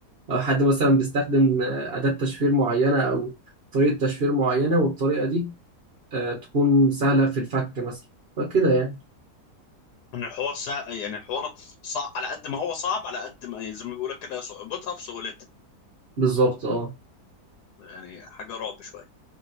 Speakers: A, on the right; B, on the left.
A: او حد مثلا بيستخدم آه، اداه تشفير معينه او طريقه تشفير معينه والطريقه دي آه، تكون سهله في الفك مثلا فكده يعني
B: ان الحوار سه... يعني الحوار صعب على قد ما هو صعب على قد ما يعني زي ما بيقول لك كده صعوبتها في سهولتها
A: بالظبط اه
B: يعني حاجه رعب شويه